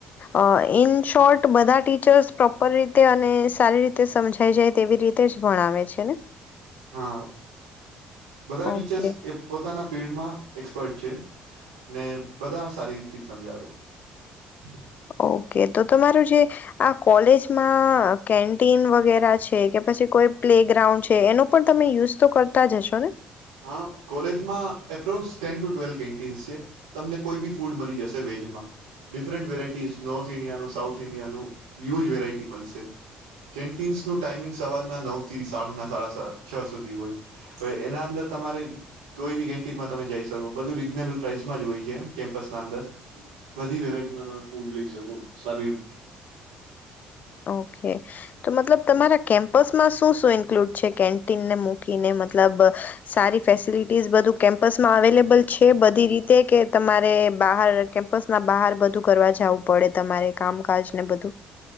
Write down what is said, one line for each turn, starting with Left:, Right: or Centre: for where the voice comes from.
Left: અ ન શોર્ટ બધા ટીચર્સ પ્રોપર રીત અને સારી રીતે સમજ થઈ જાય તેવી રીતે જ ભણાવે છે ને?
Right: હા. બધા ટીચર્સ
Left: ઓકે
Right: એ પોતાના ફિલ્ડમાં એક્સપર્ટ છે ને બધા સારી રીતે જ સમજાવે છે.
Left: ઓકે તો તમારું જે આ કોલેજમાં કેન્ટીન વગેરે છે કે પછી કોઈ પ્લે ગ્રાઉન્ડ છે એનો પણ તમે યુઝ તો કરતા જ હશો <unintelligible>
Right: હા કોલેજમાં approx ten to twelve canteens છે. તમને કોઈ બી ફૂડ મળી જશે વેજમાં ડિફરન્ટ વેરાઈટીસ નોર્થ ઈન્ડિયાનું સાઉથ ઈન્ડિયાનું હ્યુજ વેરાયટી મળશે. કેન્ટીન્સનું ટાઈમિંગ સવારના નવ થી સાંજના સાડા સા છ સુધી હોય. હવે એના અંદર તમારે કોઈ બી કેન્ટિનમાં તમે જઈ શકો. બધું રીઝનેબલ પ્રાઇસમાં જ હોય છે કેમ્પસના અંદર બધી વેરાયટીમાં તમે ફૂડ લઈ શકો સારી રી
Left: ઓકે તો મતલબ તમારા કેમ્પસમાં શું શું ઇન્ક્લુડ છે કેન્ટીનને મૂકીને મતલબ સારી ફેસિલિટીઝ બધું કેમ્પસમાં અવેલેબ છે બધી રીતે કે તમારે બહાર કેમ્પસ બહાર બધું કરવા જવું પડે તમારે કામકાજ ને બધું